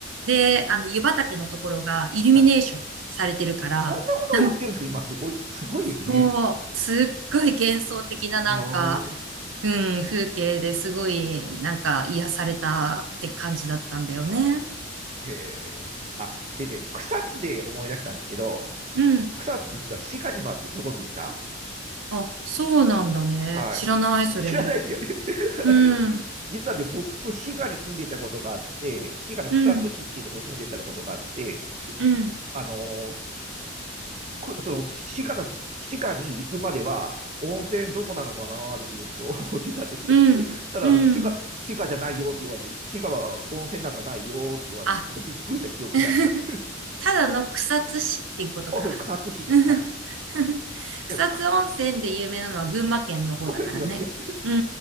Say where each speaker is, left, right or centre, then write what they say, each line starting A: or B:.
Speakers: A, on the right; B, on the right.
A: で、あの、湯畑のところがイルミネーションされてるから、
B: い。はい。そんなことをやってるんですか今、
A: なんか
B: すごい、すごいですね。
A: こう、すっごい幻想的ななんか、
B: うーん。
A: うん、風景ですごい、なんか癒されたって感じだったんだよね。
B: あ、へえ。あ、でね、草津で思い出したんですけど、
A: うん。
B: 草津って実は滋賀にもあるってご存知でした
A: あ、そうなんだね。
B: はい。
A: 知らない、それ。
B: 知らないですよね。<laughs>
A: うん、
B: 実はね、僕、滋賀に住んでいたことがあって、滋賀の草津市っていうところに住んでいたことがあって、
A: うん、うん、
B: あのーくその滋賀の、滋賀に行くまでは、温泉どこなのかなってずっと <laughs> 思ってたんですよ。
A: うん、
B: そしたら、
A: うん。
B: 滋賀、滋賀じゃないよって言われて、滋賀は温泉なんかないよって言われて、
A: あ、
B: ちょっとびっくりした記憶があります。
A: <laughs> ただの草津市っていうことか。
B: そうそう、草津市です。
A: <laughs>
B: はい。
A: 草津温泉で有名なのは群馬県の方だからね。
B: でも、そうですよね。
A: う